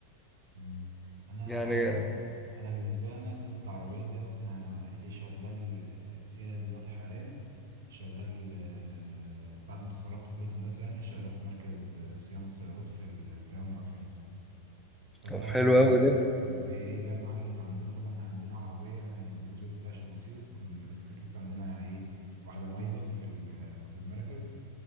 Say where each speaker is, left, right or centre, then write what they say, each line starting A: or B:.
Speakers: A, on the right; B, in the centre.
A: مم. انا
B: يعني
A: انا بالنسبه لي انا قصه العربيات دي اصلا انا ايه شغال فيها دلوقتي حاليا شغال آه، بعد ما اتخرجت من كليه هندسه يعني شغال في مركز آه، صيانه سيارات في التجمع الخامس فبقى
B: طب حلو أوي ده
A: بايه بقى معلم عندنا طبعا عندنا عربيه يعني بالنسبه للتاشا مرسيدس كنا لسه كانت لسه عندنا ايه واحده مايبخ في ال- في المركز